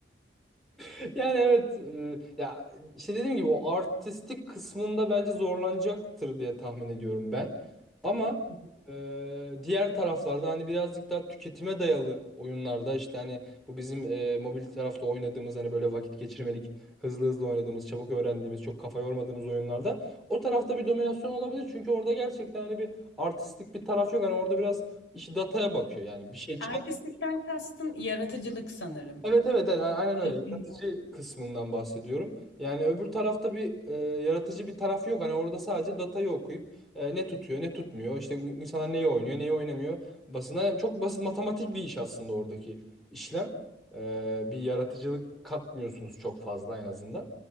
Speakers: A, in the centre; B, on the left.
A: Yani evet e, ya işte dediğim gibi o artistik kısmında bence zorlanacaktır diye tahmin ediyorum ben. Ama
B: <laughs>
A: e, diğer taraflarda hani birazcık daha tüketime dayalı oyunlarda işte hani bu bizim e, mobil tarafta oynadığımız hani böyle vakit geçirmelik hızlı hızlı oynadığımız çabuk öğrendiğimiz çok kafa yormadığımız oyunlarda o tarafta bir dominasyon olabilir. Çünkü orada gerçekten hani bir artistik bir taraf yok. Hani orada biraz işi dataya bakıyor yani bir şey
B: Artistlikten kastın yaratıcılık sanırım.
A: Evet evet evet, a- aynen öyle.
B: Tabii.
A: Yaratıcı kısmından bahsediyorum. Yani öbür tarafta bir e, yaratıcı bir taraf yok. Hani orada sadece datayı okuyup e, ne tutuyor ne tutmuyor. İşte insanlar neyi oynuyor neyi oynamıyor. Basına çok basit matematik bir iş aslında oradaki işlem. E, bir yaratıcılık katmıyorsunuz çok fazla en azından.